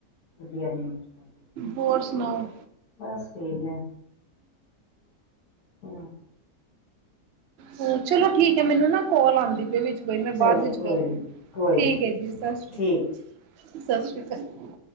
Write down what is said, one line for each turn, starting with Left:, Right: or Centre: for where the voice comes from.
Left: ਵਧੀਆ ਨੀਂਦਰ ਪੈ ਜਾਏਗੀ
Right: ਹੋਰ ਸੁਨਾਓ?
Left: ਬਸ ਠੀਕ ਐ। ਹੂੰ।
Right: ਹੂੰ ਚਲੋ ਠੀਕ ਐ ਮੈਨੂੰ ਨਾ ਕੌਲ ਆਦੀ ਪ‌ਈ ਵਿਚ। ਕੋਈ ਨੀ ਮੈਂ
Left: ਚਲੋ
Right: ਬਾਦ ਵਿੱਚ
Left: ਕੋਈ
Right: ਕਰਦੀ
Left: ਨੀ
Right: ਆ,
Left: ਕੋਈ
Right: ਠੀਕ
Left: ਨੀ
Right: ਐ ਜੀ ਸਤਿ ਸ਼੍ਰੀ,
Left: ਠੀਕ
Right: ਸਤਿ ਸ੍ਰੀ ਕਾਲ।